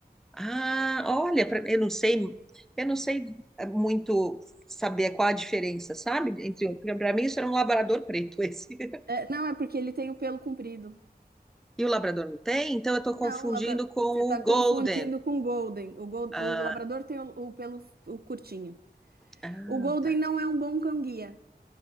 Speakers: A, in the centre; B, on the right.
A: Ah, olha, pra- eu não sei, eu não sei é, muito saber qual a diferença, sabe? Entre, para mim isso era um labrador preto esse. <laughs>
B: É, não, é porque ele tem o pelo comprido.
A: E o labrador não tem, então eu tô
B: Não,
A: confundindo
B: o labra...
A: com o
B: você está confundindo
A: golden.
B: com o Golden. O, Gol...
A: Ah,
B: o Labrador tem o, o pelo o curtinho.
A: ah,
B: O Golden
A: tá.
B: não é um bom cão-guia.